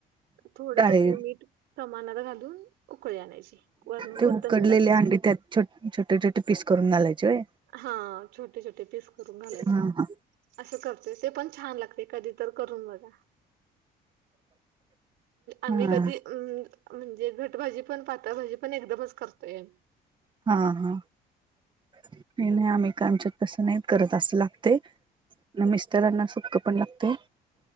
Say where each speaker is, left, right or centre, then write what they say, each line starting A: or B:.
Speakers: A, on the right (about 80°); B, on the right (about 30°).
A: थोडं
B: डाळी
A: चटणी, मीठ प्रमाणात घालून उकळी आणायची. वरण
B: ते
A: कोथंबीर
B: उकडलेले
A: टाकायची
B: अंडी त्यात छोट् छोटे छोटे पीस करून घालायचे व्हय?
A: हां छोटे छोटे पीस करून घालायचे.
B: हा हा
A: असं करतोय ते पण छान लागतंय, कधीतर करून बघा. आम्ही
B: हा
A: कधी अ म्हणजे घटभाजी पण पातळभजी पण एकदमच करतोय.
B: हा हा, नाही नाही आम्ही का आमच्यात तसं नाहीत करत असं लागतंय ना मिस्तरांना सुक्क पण लागते